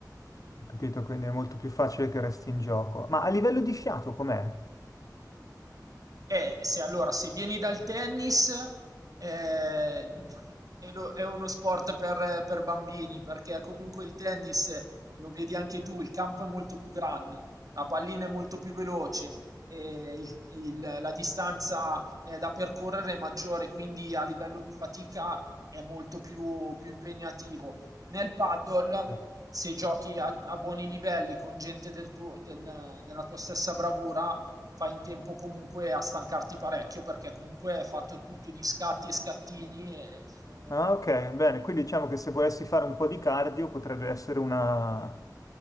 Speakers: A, on the left; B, on the right.
A: Ho capito, quindi è molto più facile che resti in gioco. Ma a livello di fiato com'è?
B: Eh, se allora se vieni dal tennis, ehm, è lo è uno sport per per bambini, perché comunque il tennis, lo vedi anche tu, il campo è molto più grande, la pallina è molto più veloce, ehm, il il la distanza, ehm, da percorrere è maggiore, quindi a livello di fatica è molto più più impegnativo. Nel paddle,
A: Eh.
B: se giochi a a buoni livelli con gente del tuo del della tua stessa bravura fai in tempo comunque a stancarti parecchio perché comunque è fatto tutto di scatti e scattini e sono
A: Ah, ok, bene. Quindi diciamo che se volessi fare un po' di cardio potrebbe essere una,